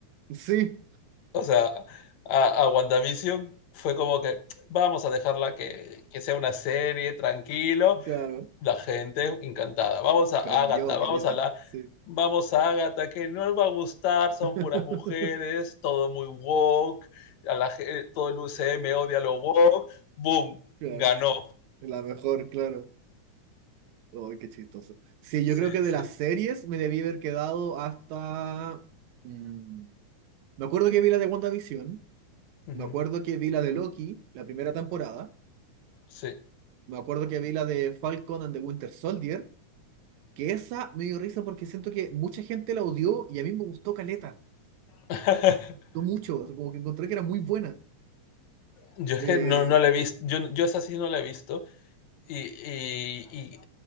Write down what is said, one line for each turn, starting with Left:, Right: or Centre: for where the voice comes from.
Right: Sí,
Left: O sea, a, a WandaVision fue como que <tsk> vamos a dejarla que, que sea una serie, tranquilo,
Right: claro.
Left: la gente encantada. Vamos a Ágata,
Right: Prendió,
Left: vamos
Right: caleta.
Left: a la,
Right: Sí.
Left: vamos a Ágata, que no les va a gustar, son
Right: <laughs>
Left: puras mujeres, todo muy woke, a la, ge- todo el UCM odia lo woke, boom,
Right: Claro.
Left: ganó.
Right: La mejor, claro. ay qué chistoso. Sí,
Left: Sí,
Right: yo creo que de
Left: sí.
Right: las series me debí haber quedado hasta... mm, me acuerdo que vi la de WandaVision.
Left: ujú,
Right: Me acuerdo que vi la de Loki, la primera temporada.
Left: Sí.
Right: Me acuerdo que vi la de Falcon and the Winter Soldier, que esa me dio risa porque siento que mucha gente la odió y a mí me gustó caleta.
Left: <laughs>
Right: Me Gustó mucho, o sea, como que encontré que era muy buena.
Left: Yo es
Right: Eh,
Left: que no, no la he visto, yo, yo esa sí no la he visto y, y- y